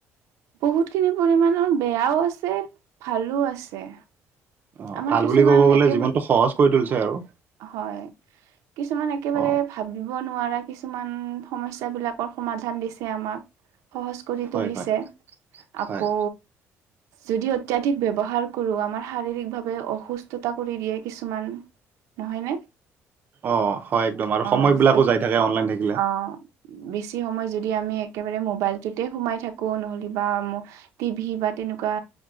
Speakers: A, on the right; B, on the right.
A: বহুতখিনি পৰিমাণৰ বেয়াও আছে, ভালো আছে।
B: অ,
A: আমাৰ
B: ভাল
A: কিছুমান
B: বুলি ক'ব গ'লে
A: একেবাৰে
B: জীৱনটো সহজ কৰি তুলিছে আৰু।
A: হয়, কিছুমান একেবাৰে
B: অ'
A: ভাবি নোৱাৰা কিছুমান সমস্যা বিলাকৰ সমাধান দিছে আমাক। সহজ কৰি
B: হয়,
A: তুলিছে,
B: হয়,
A: আকৌ
B: হয়,
A: যদি অত্যাধিক ব্যৱহাৰ কৰোঁ আমাৰ শাৰীৰিকভাৱে অসুস্থতা কৰি দিয়ে কিছুমান নহয়নে?
B: অ, হয় একদম আৰু
A: অ
B: সময় বিলাকো যাই থাকে অনলাইন থাক
A: অ, বেছি সময় যদি আমি একেবাৰে মোবাইলটোতে সোমাই থাকো নহলে বা টিভি বা তেনেুকোৱা